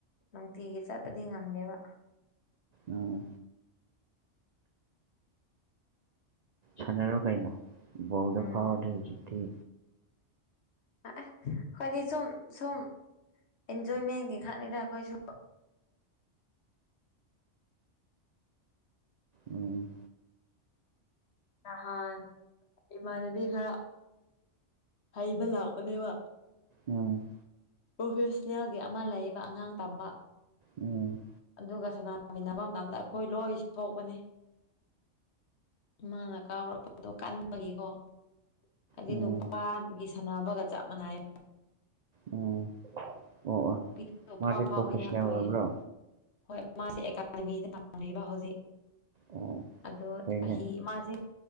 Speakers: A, on the left (about 60°); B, on the right (about 65°).
A: ꯅꯨꯡꯇꯤꯒꯤ ꯆꯠꯄꯗꯤ ꯉꯝꯗꯦꯕ
B: ꯑꯥ ꯁꯥꯟꯅꯔꯣ ꯀꯩꯅꯣ ꯕꯣꯔꯗ
A: ꯎꯝ
B: ꯐꯥꯎꯔꯗꯤꯗꯤ ꯍꯧꯖꯤꯛꯇꯤ
A: ꯑꯩꯈꯣꯏꯗꯤ ꯁꯨꯝ ꯁꯨꯝ ꯑꯦꯟꯖꯣꯏꯃꯦꯟꯒꯤ ꯈꯛꯅꯤꯗ ꯑꯩꯈꯣꯏꯁꯨ
B: ꯎꯝ
A: ꯅꯍꯥꯟ ꯏꯃꯥꯟꯅꯕꯤ ꯈꯔ ꯍꯩꯕ ꯂꯥꯛꯄꯅꯦꯕ
B: ꯎꯝ
A: ꯄ꯭ꯔꯣꯐꯦꯁꯅꯦꯜꯒꯤ ꯑꯃ ꯂꯩꯕ ꯑꯉꯥꯡ ꯇꯝꯕ
B: ꯑꯣ
A: ꯑꯗꯨꯒ ꯁꯅꯃꯤꯟꯅꯕ ꯃꯇꯝꯗ ꯑꯩꯈꯣꯏ ꯂꯣꯏ ꯁꯣꯛꯄꯅꯤ ꯏꯃꯥꯅ ꯀꯥꯎꯔꯛꯄꯗꯣ ꯀꯟꯕꯒꯤꯀꯣ ꯍꯥꯏꯗꯤ
B: ꯎꯝ
A: ꯅꯨꯄꯥꯒꯤ ꯁꯥꯟꯅꯕꯒ ꯆꯞ ꯃꯥꯟꯅꯏ
B: ꯎꯝ ꯑꯣ
A: ꯅꯨꯄꯤꯗꯁꯨ
B: ꯃꯥꯗꯤ
A: ꯐꯥꯎ ꯐꯥꯎꯕ
B: ꯄ꯭ꯔꯣꯐꯦꯁꯅꯦꯜ
A: ꯌꯥꯎꯋꯦ
B: ꯑꯣꯏꯕ꯭ꯔꯣ
A: ꯍꯣꯏ ꯃꯥꯁꯤꯦ ꯑꯦꯀꯥꯗꯃꯤꯗꯝꯕ ꯍꯧꯖꯤꯛ
B: ꯑꯣ
A: ꯑꯗꯣ
B: ꯐꯩꯅꯦ
A: ꯆꯍꯤ ꯃꯥꯁꯦ